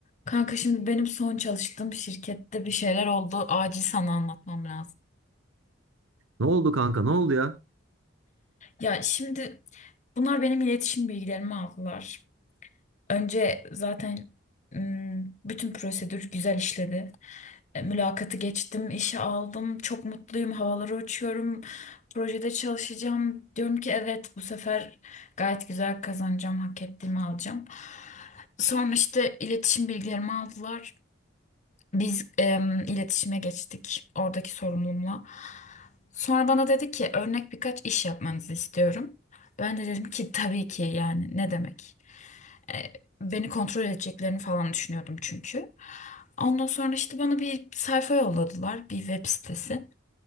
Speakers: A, on the left (about 35°); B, on the right (about 70°).
A: Kanka şimdi benim son çalıştığım şirkette bir şeyler oldu. Acil sana anlatmam lazım.
B: Ne oldu kanka? Ne oldu ya?
A: Ya şimdi bunlar benim iletişim bilgilerimi aldılar. Önce zaten ım, bütün prosedür güzel işledi. E, Mülakatı geçtim, işe aldım. Çok mutluyum, havalara uçuyorum. Projede çalışacağım. Diyorum ki evet bu sefer gayet güzel kazanacağım, hak ettiğimi alacağım. Sonra işte iletişim bilgilerimi aldılar. Biz em, iletişime geçtik oradaki sorumlumla. Sonra bana dedi ki örnek birkaç iş yapmanızı istiyorum. Ben de dedim ki tabii ki yani ne demek. E, beni kontrol edeceklerini falan düşünüyordum çünkü. Ondan sonra işte bana bir sayfa yolladılar, bir web sitesi.